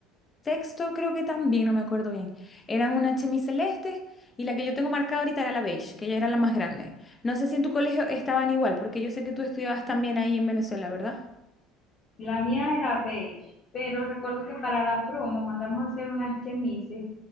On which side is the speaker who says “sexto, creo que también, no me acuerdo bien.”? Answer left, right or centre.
Left